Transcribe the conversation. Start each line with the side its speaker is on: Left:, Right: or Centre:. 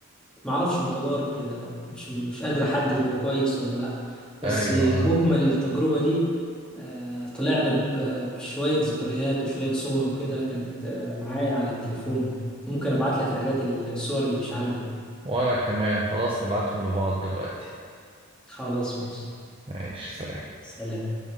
Centre: معرفش متضارب كده مش مش قادر احدد هو كويس ولا لا بس
Right: ايوه اه
Centre: مجمل التجربة دي آه، طلعنا ب- بشوية ذكريات وشوية صور وكده كانت آه، معايا على التليفون ممكن ابعت لك الحاجات الصور اللي مش عندك
Right: وانا كمان خلاص نبعتهم لبعض دلوقتي
Centre: خلاص ماشي
Right: ماشي سلام
Centre: سلام